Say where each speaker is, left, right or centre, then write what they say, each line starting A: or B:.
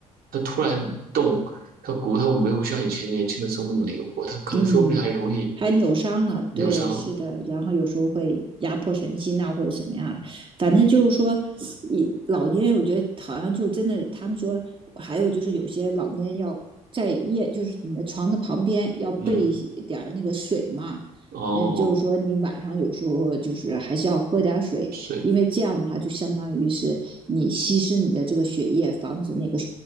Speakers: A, on the right; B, on the right.
A: 他突然动，他骨头没有像以前年轻的时候那么灵活，他可能说不定还容易
B: 嗯，还扭伤了，
A: 扭伤。
B: 对，是的，然后有时候会压迫神经啊，或者什么样，反正就是说，你老年人我觉得好像就真的，他们说还有就是有些老年人要在夜，就是你的床的旁边要备一些点儿那个水嘛，
A: 嗯，哦，
B: 嗯，就是说你晚上有时候就是还是要喝点儿水，
A: 睡，
B: 因为这样的话就相当于是你稀释你的这个血液，防止那个